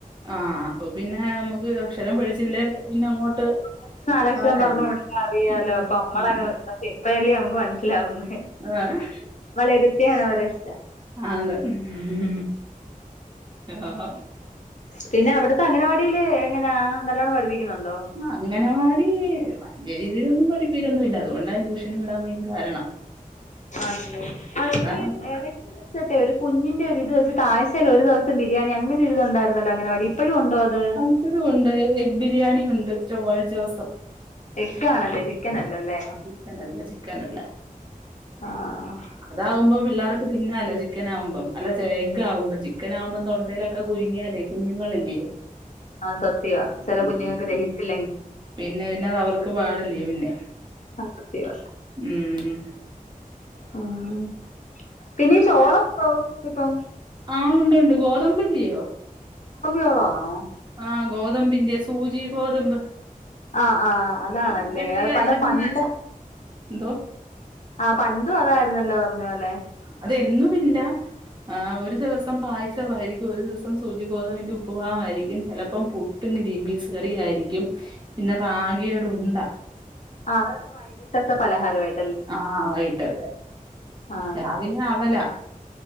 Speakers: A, on the right; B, on the left.
A: ആഹ് അപ്പൊ പിന്നെ അമുക്ക് അക്ഷരം പഠിച്ചില്ലേ പിന്ന അങ്ങോട്ട്
B: കൊച്ച് നാലക്ഷരം
A: പാടായിരിക്കും
B: പറഞ്ഞോട്ത്താ അറിയാലോ
A: ഉം
B: അപ്പൊ അമ്മളേ
A: ഉം
B: പക്ഷേ ഇപ്പഴല്ലിയോ നമുക്ക് മനസ്സിലാവുന്നേ
A: ആഹ്
B: നമ്മളെരുത്തിയാണ് ഓ രക്ഷ
A: അതെ മ് മ് യാഹ്
B: പിന്ന അവിടത്തെ അംഗനവാടീല് എങ്ങനാ നല്ലോണ്ണം പഠിപ്പിക്കുന്നുണ്ടോ
A: അങ്ങനവാടി വല്യയ രീതിയിലൊന്നും പഠിപ്പീരൊന്നും ഇല്ല അതുകൊണ്ട ഞാന് ട്യൂഷൻ വിടാൻ മെയിൻ കാരണം
B: ആണ് ല്ലേ അഹ്
A: അതാ
B: ഈ എ വി സി ച്ചട്ടെ ഒരു കുഞ്ഞിന്റെ ഒരു ഇത് വെച്ചിട്ട് ആഴ്ചേൽ ഒരു ദിവസം ബിരിയാണി അങ്ങനെഒരിതൊണ്ടാരുന്നല്ലോ അങ്ങനെവാടി ഇപ്പോഴും ഉണ്ടോ അത്
A: ആഹ് ഇപ്പഴും ഒണ്ട് എഗ് ബിരിയാണി ഒണ്ട് ചൊവ്വാഴ്ചോസം
B: എഗ്ഗാണല്ലേ ചിക്കൻ അല്ലല്ലേ
A: ചിക്കനല്ല, ചിക്കനല്ല.
B: ആഹ്
A: അതാവുമ്പം പിള്ളാർക്ക് തിന്നാലോ ചിക്കൻ ആവുമ്പം അല്ല ച് എഗ് ആവുമ്പം ചിക്കൻ ആകുമ്പോം തൊണ്ടയിലൊക്കെ കുരുങ്ങിയാലേ കുഞ്ഞുങ്ങളല്ലയോ
B: അഅ്സത്യവാ ചില
A: ഉം.
B: കുഞ്ഞുങ്ങൾക്ക് ദഹിച്ചില്ലെങ്കി
A: പിന്നെ പിന്നെ അത് അവർക്ക് പാടല്ലേ പിന്നെ
B: അത് സത്യവാ
A: ഉം
B: ഉം പിന്നീ ചോളോ ഉണ്ടോ ഇപ്പം
A: ആഹ് ഉണ്ടുണ്ട് ഗോതമ്പില്ലയോ
B: കമ്പിഉള്ളതാണോ
A: ആഹ് ഗോതമ്പിന്റെ സൂചി ഗോതമ്പ്
B: ആഹ് ആഹ് അതാണല്ലേ
A: അതൊക്കെ
B: അഅ്
A: ആയിരിക്കും.
B: പല പണ്ട്
A: എന്തോ?
B: ആഹ് പണ്ടും അതായിരുന്നല്ലോ പറഞ്ഞപോലെ
A: അതെന്നുവില്ല ആഹ് ഒരു ദിവസം പായസവായിരിക്കും, ഒരു ദിവസം സൂചി ഗോതമ്പിന്റെ ഉപ്പ്മാവായിരിക്കും ചെലപ്പം പു ട്ടും ഗ്രീൻ പീസ് കറിയുവായിരിക്യും. പിന്നെ റാഗിയടുണ്ട
B: ആഹ് അതൊക്കെ വൈകിട്ടത്തെ പലഹാരവായി
A: ആഹ് വൈകീട്ടത്തെ
B: ആഹ്
A: രാവിലെ അവലാ